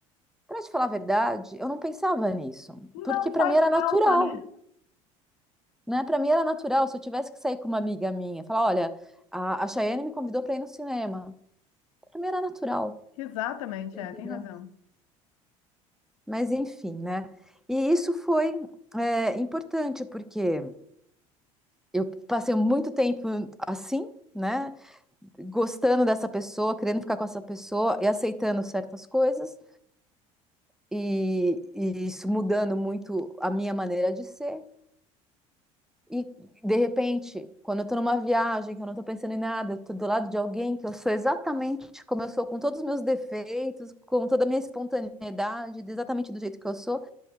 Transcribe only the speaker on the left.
Não
faz
falta,
né?
Exatamente,
é,
tem razão.